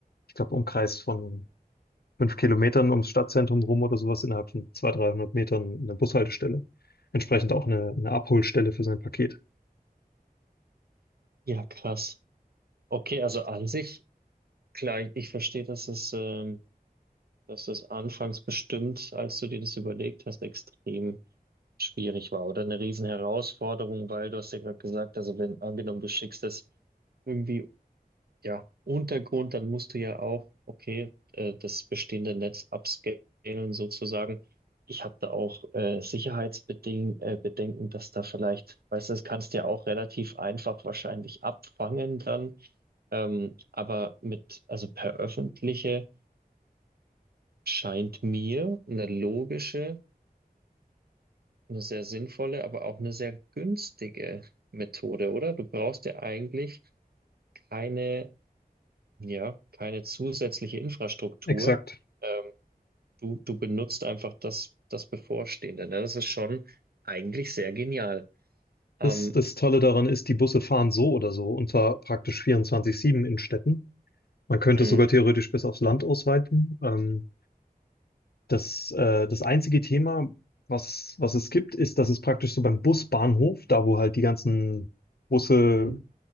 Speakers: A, on the left; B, on the right.
A: ich glaube Umkreis von fünf Kilometern ums Stadtzentrum rum oder sowas innerhalb von 200, 300 Metern eine Bushaltestelle. Entsprechend auch eine, eine Abholstelle für sein Paket.
B: Ja, krass. Okay, also an sich, klar, ich, ich verstehe, dass es, ähm, dass es anfangs bestimmt, als du dir das überlegt hast, extrem schwierig war oder eine Riesenherausforderung, weil du hast ja gerade gesagt, also wenn angenommen du schickst es irgendwie, ja, Untergrund, dann musst du ja auch, okay, äh, das bestehende Netz upscalen sozusagen. Ich habe da auch äh, Sicherheitsbeding äh, Bedenken, dass da vielleicht, weißt du, das kannst du ja auch relativ einfach wahrscheinlich abfangen dann, ähm, aber mit, also per öffentliche scheint mir eine logische eine sehr sinnvolle, aber auch eine sehr günstige Methode, oder? Du brauchst ja eigentlich keine, ja, keine zusätzliche Infrastruktur.
A: Exakt.
B: Ähm, du, du benutzt einfach das, das Bevorstehende. Ne? Das ist schon eigentlich sehr genial. Ähm,
A: Das, das Tolle daran ist, die Busse fahren so oder so und zwar praktisch 24/7 in Städten. Man könnte
B: mm,
A: es sogar theoretisch bis aufs Land ausweiten. Ähm, Das, äh, das einzige Thema, was, was es gibt, ist, dass es praktisch so beim Busbahnhof, da wo halt die ganzen Busse
B: mm,